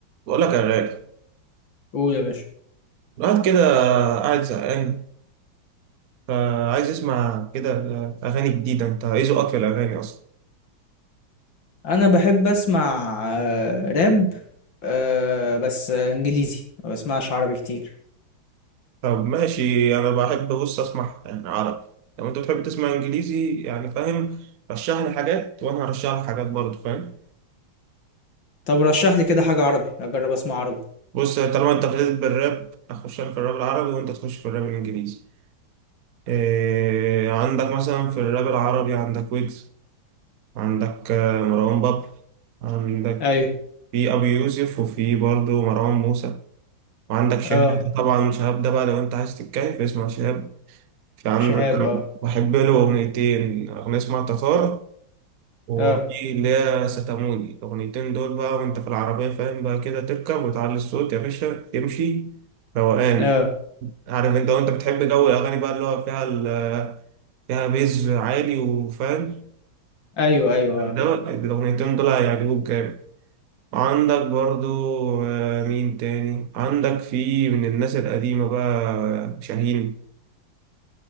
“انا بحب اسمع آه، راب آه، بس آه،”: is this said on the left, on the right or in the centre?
Left